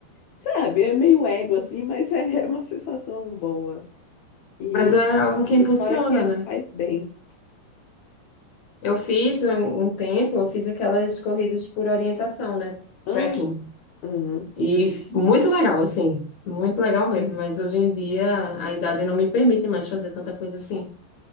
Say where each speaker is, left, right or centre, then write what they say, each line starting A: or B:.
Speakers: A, on the left; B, on the left.
A: sabe? É meio ego assim, mas é, <laughs> é uma sensação boa. E,
B: Mas é algo que
A: e
B: impulsiona,
A: fora que é,
B: né?
A: faz bem.
B: Eu fiz um um tempo, eu fiz aquelas corridas por orientação, né?
A: Ah,
B: Trekking.
A: aham.
B: E f- muito legal, assim. Muito legal mesmo. Mas hoje em dia a idade não me permite mais fazer tanta coisa assim.